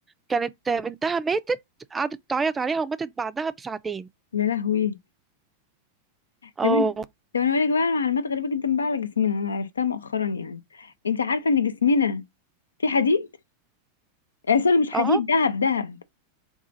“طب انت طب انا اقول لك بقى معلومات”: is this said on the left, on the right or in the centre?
Left